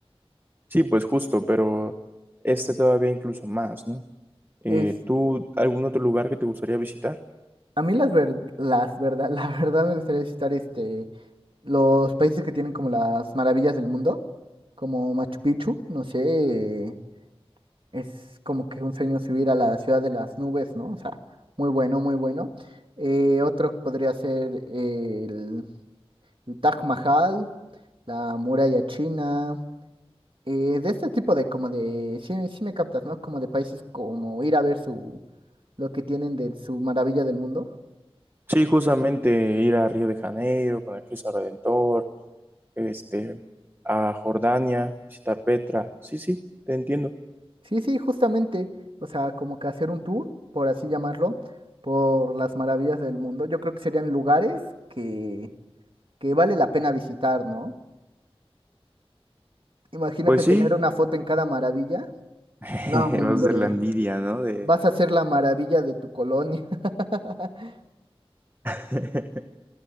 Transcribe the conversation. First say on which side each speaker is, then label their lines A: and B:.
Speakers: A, on the right; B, on the right.
A: Sí, pues justo, pero este todavía incluso más, ¿no? Eh,
B: Es,
A: ¿tú algún otro lugar que te gustaría visitar?
B: a mí las ver, las verdad, <laughs> la verdad me gustaría visitar este los países que tienen como las maravillas del mundo, como Machu Picchu, no sé, es como que un sueño subir a la ciudad de las nubes, ¿no? O sea, muy bueno, muy bueno. Eh, otro podría ser eh, el, el Taj Mahal, la muralla china, eh, de este tipo de como de, sí, sí me captas, ¿no? Como de países como ir a ver su, lo que tienen de su maravilla del mundo.
A: Sí, justamente ir a Río de Janeiro con el Cristo Redentor, este, a Jordania, visitar Petra. Sí, sí, te entiendo.
B: Sí, sí, justamente, o sea, como que hacer un tour, por así llamarlo, por las maravillas del mundo. Yo creo que serían lugares que, que vale la pena visitar, ¿no? Imagínate
A: Pues
B: tener
A: sí,
B: una foto en cada maravilla.
A: <laughs>
B: No, hombre,
A: va a ser la envidia, ¿no? De...
B: vas a ser la maravilla de tu colonia. <laughs>
A: <laughs>